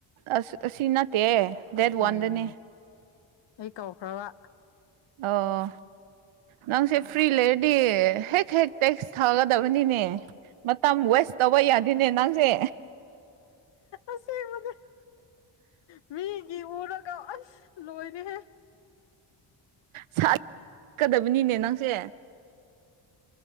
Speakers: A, on the right; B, on the left.
A: ꯑꯁ ꯑꯁꯤ ꯅꯠꯇꯦ ꯗꯦꯠ ꯋꯥꯟꯗꯅꯦ
B: ꯎꯝ ꯑꯩ ꯀꯧꯈ꯭ꯔꯕ
A: ꯑꯣ ꯅꯪꯁꯦ ꯐ꯭ꯔꯤ ꯂꯩꯦꯠ ꯗꯤ ꯍꯦꯛ ꯍꯦꯛ ꯇꯦꯛꯁ ꯊꯥꯒꯗꯕꯅꯤꯅꯦ ꯃꯇꯝ ꯋꯦꯁ ꯇꯧꯕ ꯌꯥꯗꯦꯅꯦ ꯅꯪꯁꯦ
B: ꯑꯁꯦ ꯃ ꯃꯤ ꯏ ꯎꯔꯀꯥꯁ ꯂꯣꯏꯣꯏꯅꯦ ꯍꯥꯏꯦ
A: ꯁꯠꯀꯗꯕꯅꯤꯅꯦ ꯅꯪꯁꯦ